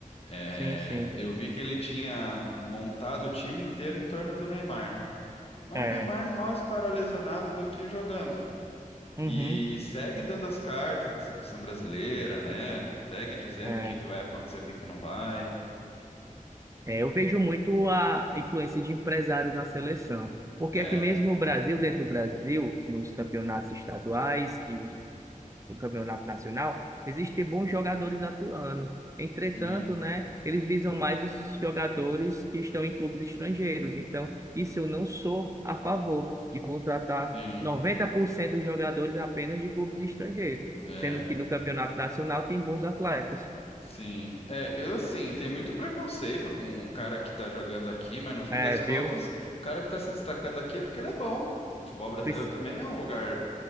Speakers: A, on the left (about 45°); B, on the right (about 20°).
A: é,
B: Sim, sim.
A: eu vi que ele tinha montado o time inteiro em torno do Neymar. Mas
B: É.
A: o Neymar mal para lesionado do que jogando.
B: Uhum.
A: E segue dando as cartas na seleção brasileira, né? Segue dizendo
B: É.
A: o que que vai acontecer, o que que não vai.
B: É, eu vejo muito a influência de empresários na seleção. Porque
A: É,
B: aqui mesmo no Brasil, dentro do Brasil, nos campeonatos estaduais e no Campeonato Nacional, existem bons jogadores atuando. Entretanto,
A: sim,
B: né, eles visam mais os jogadores que estão em clubes estrangeiros. Então, isso eu não sou a favor de contratar
A: sim.
B: 90% dos jogadores apenas de clubes estrangeiros,
A: É.
B: sendo que no Campeonato Nacional tem bons atletas.
A: Sim. É, eu assim, tem muito preconceito com o cara que tá jogando aqui, mas no fim
B: É,
A: das contas,
B: viu?
A: o cara que tá se destacando aqui é porque ele é bom. O futebol brasileiro
B: Pris-
A: também é um lugar